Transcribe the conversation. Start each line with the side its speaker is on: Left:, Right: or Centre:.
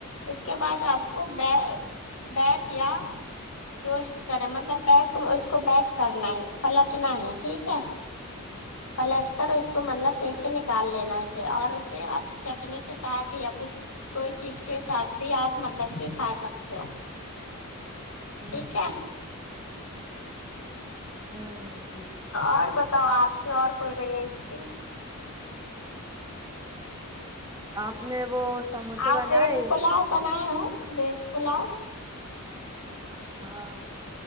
Left: اس کے بعد آپ کو ب بیک یا ٹوسٹ کریں مطلب بیک میں اس کو بیک کرنا ہے پلٹنا ہے ٹھیک ہے پلٹ کر اس کو مطلب پھر سے نکال لینا اسے اور اسے ا چٹنی کے ساتھ یا کچھ کوئی چیز کے ساتھ بھی آپ مطلب کہ کھا سکتے ہو
Right: ہوں
Left: ٹھیک ہے
Right: ہوں جی
Left: اور بتاؤ آپ کی اور کوئی ریسپی
Right: آپ نے وہ سموسے
Left: آپ
Right: بنائے
Left: ویج پلاؤ بنائے ہو ویج پلاؤ
Right: ہاں